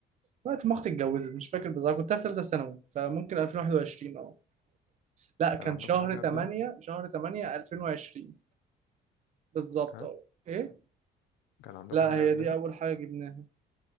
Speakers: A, on the right; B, on the left.
A: وقت ما اختي اتجوزت مش فاكر بالظبط كنت في ثالثة ثانوي فممكن 2021 اه لا كان
B: كان عندكم
A: شهر
B: حاجة
A: 8
B: قبلها
A: شهر 8 2020 بالظبط
B: ها
A: اه ايه
B: كان عندكم
A: لا
B: حاجة
A: هي
B: قبلها
A: دي اول حاجة جبناها